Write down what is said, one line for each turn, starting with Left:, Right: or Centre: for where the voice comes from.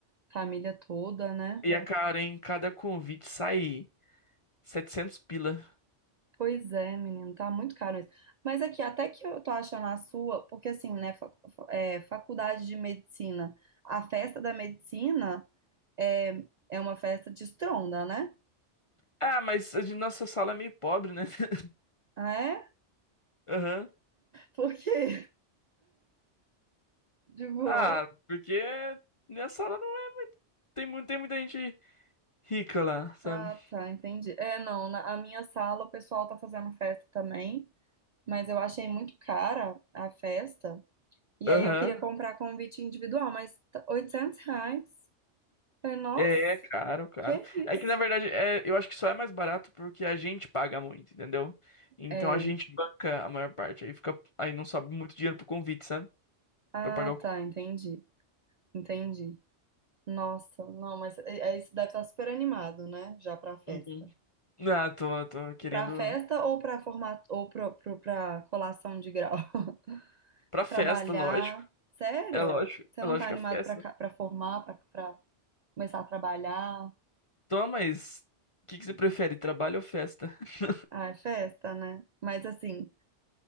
Right: família toda, né?
Left: E a Não. cara, em cada convite sai 700 pila.
Right: Pois é, menino, tá muito caro isso. Mas aqui, até que eu tô achando a sua, porque assim, né, fa- fa- é, faculdade de medicina, a festa da medicina é, é uma festa de estronda, né?
Left: Ah, mas a gente- nossa sala é meio pobre, né? <laughs>
Right: Ah, é?
Left: Aham.
Right: Por quê? <laughs> Tipo,
Left: Ah, porque minha sala não é. Tem, mu- tem muita gente rica lá, sabe?
Right: ah, tá, entendi. É, não, na a minha sala o pessoal tá fazendo festa também, mas eu achei muito cara a festa. E
Left: Aham.
Right: aí eu queria comprar convite individual, mas tá- 800 reais. Falei, nossa,
Left: É é caro, caro.
Right: que isso?
Left: É que na verdade é, eu acho que só é mais barato porque a gente paga muito, entendeu? Então
Right: É.
Left: a gente banca a maior parte. Aí fica, aí não sobe muito dinheiro pro convite, sabe?
Right: Ah,
Left: Pra pagar o. co-
Right: tá, entendi. Entendi. Nossa, não, mas é- é isso deve estar super animado, né? Já pra festa.
Left: Uhum. Ah, tô, tô querendo
Right: Pra festa ou pra formato ou pro, pro, pra colação de grau? <laughs>
Left: pra festa,
Right: Trabalhar.
Left: lógico.
Right: Sério?
Left: É lógico,
Right: Você
Left: é
Right: não
Left: lógico
Right: tá animado
Left: que é festa.
Right: pra, ca- pra formar, pra, pra começar a trabalhar?
Left: Toma, mas o que que você prefere, trabalho ou festa? <laughs>
Right: Ah, é festa, né? Mas assim,